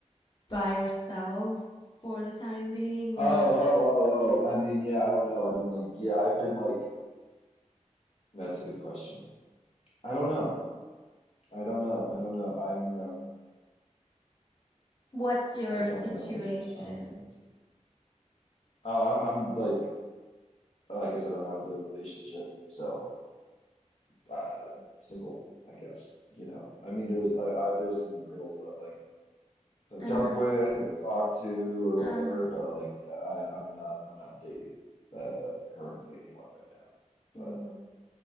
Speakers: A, on the left; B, on the left.
A: by yourself for the time being, or
B: Oh, oh, oh, oh. I mean, yeah, I don't know. I mean, like, yeah, I've been like, that's a good question. I don't know. I don't know. I don't know. I mean, you know.
A: what's your
B: I don't
A: situation?
B: know is my honest answer. Oh, I'm I'm like like I said, I'm out of the relationship, so uh single, I guess. You know, I mean, there's I, I there's some girls that I've like hooked
A: Uh
B: up
A: huh.
B: with or talked to or whatever,
A: Uh
B: but like yeah, I I'm not I'm not dating uh currently anyone right now. But
A: huh. hmm